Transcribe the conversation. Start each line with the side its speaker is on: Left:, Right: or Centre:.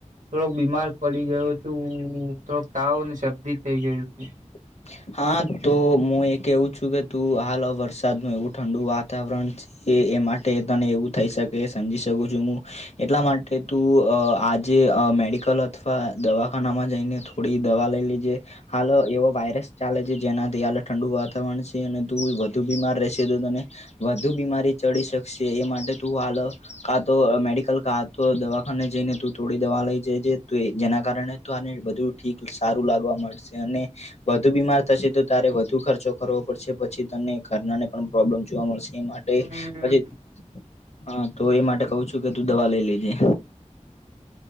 Right: થોડોક બીમાર પડી ગયો છું થોડોક તાવ અને શરદી થઈ ગયું છું
Left: અચા હા તો હું એ કેવું છું કે તું હાલ વરસાદ ન એવું ઠંડુ વાતાવરણ છે એ એ માટે તને એવું થઈ શકે સમજી શકું છું હું એટલા માટે તું આજે મેડિકલ અથવા દવાખાનામાં જઈને થોડી દવા લઈ લજે હાલો એવો વાયરસ ચાલે છે જેનાથી હાલ ઠંડુ વાતાવરણ છે અને તું વધુ બીમાર રહેશે તોને વધુ બીમારી ચડી શકશે એ માટે તું હાલ કા તો મેડિકલ કા તો દવાખાને જઈને તું થોડી દવા લઈ જાયજે જેના કારણે તો આને બધું ઠીક સારું લાગવા મળશે અને વધુ બીમાર થશે તો તારે વધુ ખર્ચો કરવો પડશે પછી તમને ઘરનાને પણ પ્રોબ્લેમ જોવા મળશે એ માટે
Right: હમ
Left: પછી હા તો એ માટે કઉ છું કે તું દવા લઈ લેજે